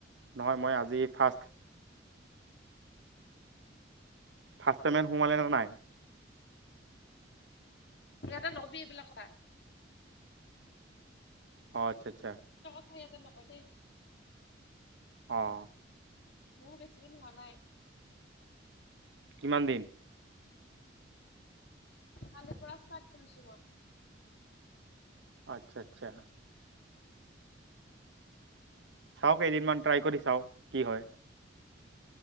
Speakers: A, on the right; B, on the left.
A: নহয় মই আজি ফাৰ্ষ্ট। ফাৰ্ষ্ট পেমেণ্ট সোমালে নে নাই?
B: ইয়াতে নকবি এইবিলাক কথা।
A: অহ, আচ্ছা-আচ্ছা।
B: এনে ইয়াতে নকয় দে।
A: অহ।
B: মোৰো বেছি দিন হোৱা নাই।
A: কিমান দিন?
B: কালি পৰা ষ্টাৰ্ত কৰিছোঁ মই।
A: আচ্ছা-আচ্ছা।
B: উম।
A: চাও কেইদিনমান ট্ৰাই কৰি চাও, কি হয়।